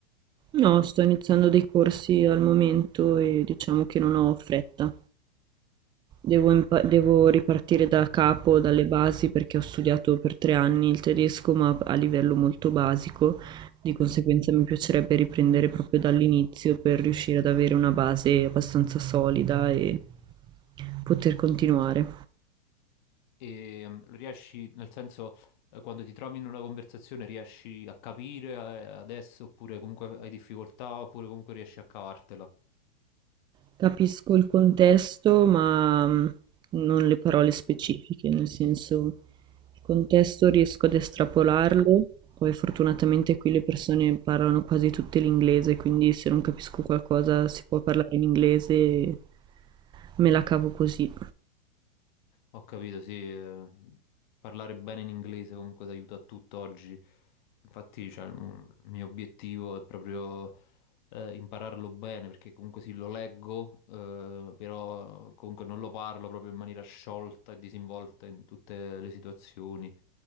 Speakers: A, on the right (about 15°); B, on the left (about 50°).
A: No, sto iniziando dei corsi al momento e diciamo che non ho fretta. Devo, impa- devo ripartire da capo, dalle basi, perché ho studiato per tre anni il tedesco, ma a livello molto basico. Di conseguenza mi piacerebbe riprendere proprio dall'inizio per riuscire ad avere una base abbastanza solida e poter continuare.
B: e mm, riesci, nel senso, eh, quando ti trovi in una conversazione riesci a capire eh, adesso oppure comunque hai difficoltà oppure comunque riesci a cavartela.
A: Capisco il contesto, ma mh, non le parole specifiche, nel senso il contesto riesco ad estrapolarlo, poi fortunatamente qui le persone parlano quasi tutte l'inglese, quindi se non capisco qualcosa si può parlare in inglese, e me la cavo così.
B: Ho capito, sì, eh, parlare bene in inglese comunque ti aiuta a tutto oggi. Infatti, cioè, mm, il mio obiettivo è proprio eh, impararlo bene, perché comunque sì, lo leggo, eh, però comunque non lo parlo proprio in maniera sciolta e disinvolta in tutte le situazioni,